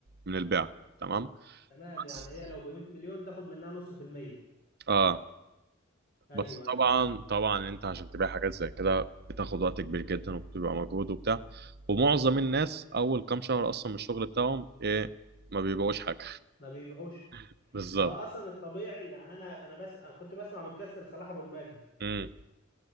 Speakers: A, on the right (about 50°); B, on the left (about 50°).
A: من البيع تمام
B: تمام يعني
A: بس
B: هي لو ب 100 مليون تاخد منها نص في المية
A: اه
B: ايوه
A: بس
B: ايوه
A: طبعا طبعا انت عشان تبيع حاجات زي كده بتاخد وقت كبير جدا وبتبقى مجهود وبتاع ومعظم الناس اول كام شهر اصلا من الشغل بتاعهم ايه ما بيبيعوش حاجة
B: ما بيبيعوش
A: <laughs> بالظبط
B: ما هو اصلا الطبيعي يعني انا انا بس أنا كنت بسمع بودكاست لصلاح ابو المجد
A: امم